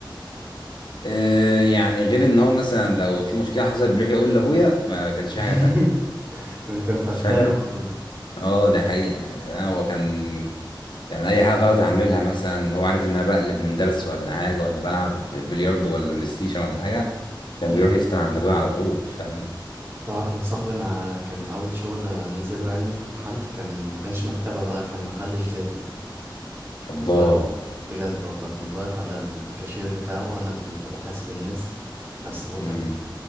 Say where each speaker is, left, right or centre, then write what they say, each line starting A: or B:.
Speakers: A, on the left; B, on the right.
A: آه يعني غير إن هو مثلا لو في مشكلة حصلت بيروح يقول لأبويا ما كانش في
B: <laughs>
A: حاجة تانية
B: انا كان فتان
A: <laughs> فاهم.
B: النهارده
A: اه دي حقيقة يعني هو كان يعني أي حاجة غلط أعملها مثلا هو عارف إن أنا بقلب من درس ولا حاجة ولا بلعب بلياردو ولا بلاي ستيشن ولا حاجة كان
B: ايوه
A: بيروح يفتن عند أبويا على طول فاهم
B: تعرف يا صاحبي انا كان اول شغل انزله يعني في محل كان ما كانش مكتبة بقى كان محل جيلاتي
A: الله
B: كنت واقف بجد والله كنت واقف على الكاشير بتاعه وانا اللي بحاسب الناس بس بقول
A: مم.
B: لك ايه